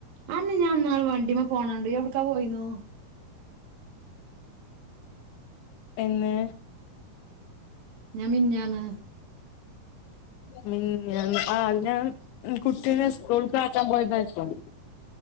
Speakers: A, on the right (about 65°); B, on the left (about 85°).
A: അന്നെ ഞാൻ ഇന്നാള് വണ്ടിമ്മ പോണണ്ട് എവിടക്കാ പോയിന്നു
B: എന്ന്
A: ഞാൻ മിഞ്ഞാന്ന്
B: മിഞ്ഞാന്ന് ആ ഞാൻ കുട്ടീനെ സ്കൂൾക്ക് ആക്കാൻ പോയതായിരിക്കും